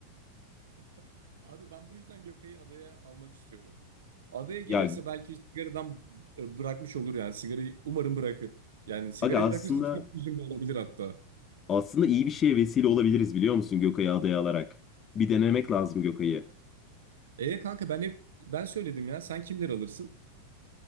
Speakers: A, on the right; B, on the left.
A: <laughs> Abi ben bu yüzden Gökay'ı adaya almak istiyorum. Adaya gelirse
B: Ya
A: belki sigaradan e, bırakmış olur yani. Sigarayı umarım bırakır. Yani sigarayı
B: aga aslında
A: bırakmışsa tek çözüm bu olabilir hatta.
B: Aslında iyi bir şeye vesile olabiliriz biliyor musun Gökay'ı adaya alarak? Bir denemek lazım Gökay'ı.
A: E kanka ben hep ben söyledim ya. Sen kimler alırsın?